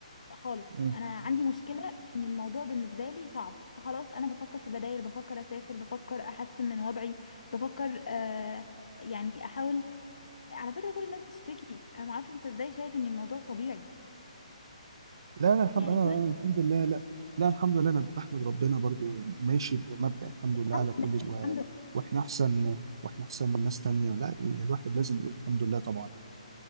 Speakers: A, on the left; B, on the right.
A: خالص
B: م...
A: انا عندي مشكله ان الموضوع بالنسبه لي صعب فخلاص انا بفكر في بدائل بفكر اسافر بفكر احسن من وضعي بفكر آه يعني احاول على فكره كل الناس بتشتكي انا ما اعرفش انت ازاي شايف ان الموضوع طبيعي
B: لا لا الحمد
A: يعني
B: انا
A: كل
B: الحمد لله لا لا الحمد لله انا بحمد ربنا برضو ماشي بمبدأ الحمد لله
A: الحمد
B: على كل
A: لله
B: شيء و-
A: الحمد لله
B: واحنا احسن واحنا احسن من ناس تانية لا الواحد لازم يقول الحمد لله طبعا